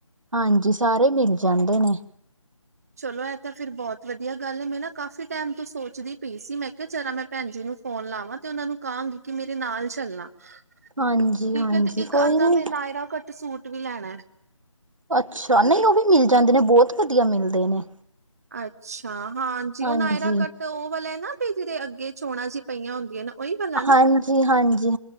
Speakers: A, on the right; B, on the right.
A: ਹਾਂਜੀ, ਸਾਰੇ ਮਿਲ ਜਾਂਦੇ ਨੇ,
B: ਚਲੋ ਏ ਤਾਂ ਫੇਿਰ ਬੋਤ ਵੱਧੀਆ ਗੱਲ ਏ, ਮੈਂ ਨਾ ਕਾਫ਼ੀ ਟਾਈਮ ਤੋਂ ਸੋਚਦੀ ਪਈ ਸੀ ਮੈਂ, ਕੇ ਚਲਾ ਮੈਂ ਭੈਣ ਜੀ, ਨੂੰ ਫੋਨ ਲਾਵਾਂ, ਤੇ ਓਨਾਂ ਨੂੰ ਕਹਾਂਗੀ ਕਿ ਮੇਰੇ ਨਾਲ ਚੱਲਣਾ,
A: ਹਾਂਜੀ-ਹਾਂਜੀ
B: ਠੀਕ ਏ, ਤੇ
A: ਕੋਈ
B: ਇੱਕ ਅੱਧਾ
A: ਨੀ
B: ਮੈਂ ਨਾਇਰਾ ਕੱਟ ਸੂਟ ਵੀ ਲੈਣਾ,
A: ਅੱਛਾ, ਨਈ, ਓਹ ਵੀ ਮਿਲ ਜਾਂਦੇ ਨੇ, ਬੋਤ ਵੱਧੀਆ ਮਿਲਦੇ ਨੇ।
B: ਅੱਛਾ, ਹਾਂਜੀ,
A: ਹਾਂਜੀ,
B: ਓਹ ਨਾਇਰਾ ਕੱਟ ਉਹ ਵਾਲਾ ਹੈਣਾ ਵੀ ਜਿਹੜੇ ਅੱਗੇ ਚੋਣਾਂ ਜੇਹੀ ਪਈਆਂ ਹੁੰਦੀਆਂ ਨ ਓਹੀ ਵਾਲਾਂ ਹਨਾ,
A: ਹਾਂਜੀ, ਹਾਂਜੀ,